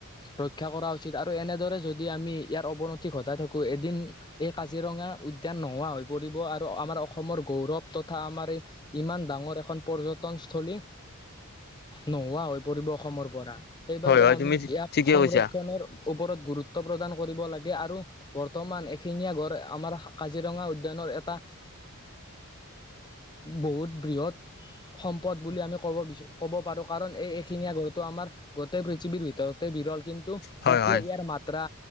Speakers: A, on the left (about 20°); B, on the left (about 45°).
A: ৰক্ষা কৰা উচিত আৰু এনেদৰে যদি আমি ইয়াৰ অৱনতি ঘটাই থাকো এদিন এই কাজিৰঙা উদ্যান নোহোৱা হৈ পৰিব আৰু আমাৰ অসমৰ গৌৰৱ তথা আমাৰ এই ইমান ডাঙৰ এখন পৰ্যটনস্থলী নোহোৱা হৈ পৰিব অসমৰ পৰা সেইবাবে
B: হয় হয়
A: আমি
B: তুমি
A: ইয়াক
B: ঠিকে
A: সংৰক্ষনৰ
B: কৈছা
A: ওপৰত গুৰুত্ব প্ৰদান কৰিব লাগে আৰু বৰ্তমান এশিঙীয়া গড় আমাৰ কাজিৰঙা উদ্যানৰ এটা বহুত বৃহৎ সম্পদ বুলি আমি ক'ব বি ক'ব পাৰো কাৰণ এইখিনিয়ে গুৰুত্ব, আমাৰ গোটেই পৃথিৱীৰ ভিতৰতে বিৰল কিন্তু- কিন্তু
B: হয়
A: এতিয়া
B: হয়
A: ইয়াৰ মাত্ৰা